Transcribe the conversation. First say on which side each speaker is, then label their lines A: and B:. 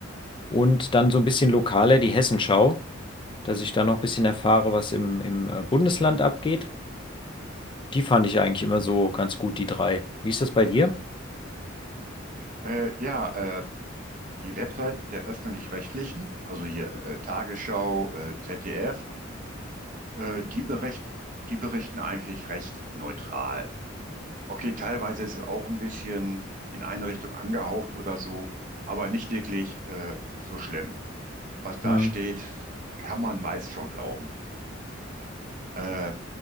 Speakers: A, on the left; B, on the right.
A: Und dann so ein bisschen lokaler die Hessenschau, dass ich da noch ein bisschen erfahre, was im, im äh, Bundesland abgeht. Die fand ich eigentlich immer so ganz gut, die drei. Wie ist das bei dir?
B: Äh, ja, äh, die Webseiten der öffentlich-rechtlichen, also hier äh, Tagesschau, äh, ZDF, äh, die berichten, die berichten eigentlich recht neutral. Okay, teilweise ist es auch ein bisschen in eine Richtung angehaucht oder so, aber nicht wirklich äh, so schlimm. was da
A: Hm.
B: steht, kann man meist schon glauben. Äh,